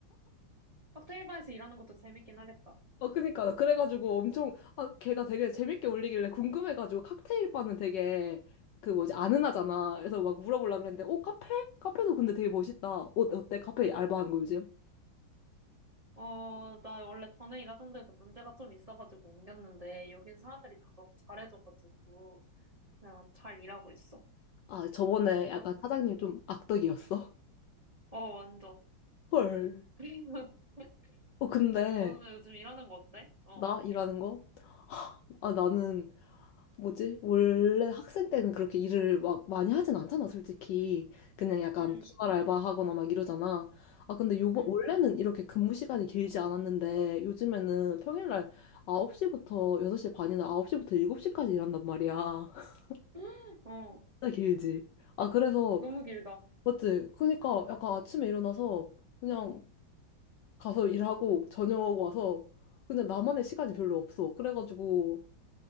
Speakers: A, on the right; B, on the left.
A: 칵테일 바에서 일하는 것도 재밌긴 하겠다.
B: 어, 그니까. 그래가지고 엄청, 아, 걔가 되게 재밌게 올리길래 궁금해가지고 칵테일 바는 되게 그 뭐지? 아는 하잖아. 그래서 막 물어보려고 그랬는데, 어, 카페? 카페도 근데 되게 멋있다. 어, 어때? 카페 알바하는 거 요즘?
A: 어, 나 원래 전에 일하던 데서 문제가 좀 있어가지고 옮겼는데, 여긴 사람들이 다 너무 잘해줘가지고, 그냥 잘 일하고 있어.
B: 아, 저번에 약간
A: 어,
B: 사장님 좀 악덕이었어.
A: 어, 완전.
B: <laughs> 헐.
A: <laughs>
B: 어, 근데
A: 너는 요즘 일하는 거 어때? 어.
B: 나 일하는 거? 아, 나는 뭐지? 원래 학생 때는 그렇게 일을 막 많이 하진 않잖아, 솔직히. 그냥 약간
A: 응,
B: 주말 알바하거나 막 이러잖아. 아, 근데 요번,
A: 응.
B: 원래는 이렇게 근무 시간이 길지 않았는데, 요즘에는 평일날 9시부터 6시 반이나 9시부터 7시까지 일한단 말이야. <laughs>
A: <gasps> <laughs> 어.
B: 진짜 길지. 아, 그래서,
A: 너무 길다.
B: 맞지? 그러니까 약간 아침에 일어나서 그냥 가서 일하고, 저녁 와서, 그냥 나만의 시간이 별로 없어. 그래가지고,